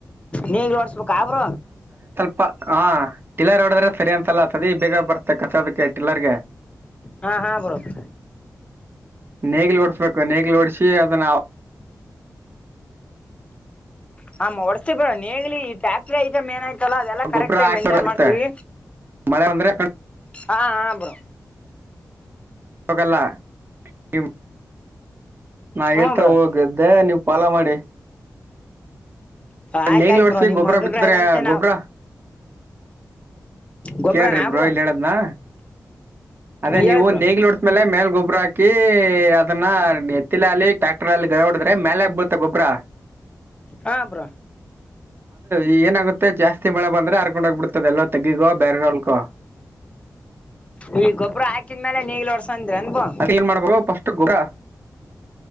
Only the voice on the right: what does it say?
ಪ್ಪ ಹ ಟಿಲ್ಲರ್ ಹೊಡದ್ರೆ ಸರಿ ಅನ್ಸಲ್ಲ ಸದ ಬೇಗ ಬರ್ತೆ ಕಸೋದಕ್ಕೆ ಟಿಲ್ಲರ್ಗೆ
ನೇಗ್ಿಲ್ ಓಡ್ಸ್ಬೇಕು ನೇಗ್ಿಲ್ ಓಡ್ಸಿ ಅದನ್ನ
ಗೊಬ್ಬರ
ಹಾಕಿಡೋಗುತ್ತೆ
ಮಳೆ ಬಂದ್ರೆ ಹಾಕೊಂಡ್
ಹೋಗಲ್ಲ ನೀ ನಾ
ಇಳ್ತಾ
ಹೋಗ್ದೆ ನೀವು್ ಪಾಲ ಮಾಡಿ
ನೇಗ್ಲಿ
ವರ್ಸವಿ
ಗೊಬ್ಬ್ರ
ಬಿತ್ತದ್ರ ಗೊಬ್ಬ್ರ
ಕೇಳ್ರಿ ಬ್ರೋಹಿಲ್
ಹೇಳದ್ನಾ ಅದೇ
ನೀವುೇಗ್ಲಿ
ಉಡಿಸಸ್ಮೇಲೆ ಮೇಲ್ ಗೊಬ್ಬರ ಹಾಕಿ ಅಾಕಿ ಅದನ್ನ ಎತ್ತಿಲಲ್ಲಿಿ ಟ್ರ್ಯಾಕ್ಟರ್ ಅಲ್ಲಿ ಗ ಹೊಡದ್ರೆ ಮೇಲೆಾಗಗ್ ಬತ್ತ ಗೊಬ್ಬ್ರ
ಈ ಏನಾಗುತ್ತೆ ಜಾಸ್ತಿ ಮಳೆ ಬಂದ್ರೆ ಆ ಕೊಂಡೋಗಬಿಡ್ತದೆ ಎಲ್ಲ ತೆಗಿಿಕೋ ಬೇರೆಲ್ಕೊ
ಅದಕ್ಕೆ ಏನ್ ಮಾಡ್ಬೇಕು ಫಸ್ಟ್ ಗೊಬ್ಬರ